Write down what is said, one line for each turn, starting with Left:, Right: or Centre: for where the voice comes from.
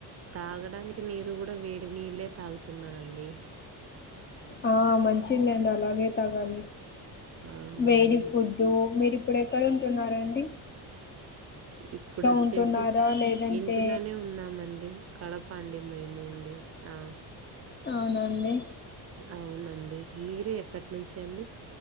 Right: తాగడానికి నీరు గుడ వేడి నీళ్లే తాగుతున్నానండి
Left: ఆ మంచిదిలేండి అలాగే తాగాలి
Right: అవునండి.
Left: వేడి ఫుడ్ డు మీరిప్పుడు ఎక్కడ ఉంటున్నరండి
Right: ఇప్పుడోచ్చేసి
Left: ఉంటున్నారా లేదంటే
Right: ఇంటిలనే ఉన్నామండి కడప అండి మేము ఉండే ఆ
Left: అవునా అండి
Right: అవునండి మీరు ఎక్కటి నుంచి అండి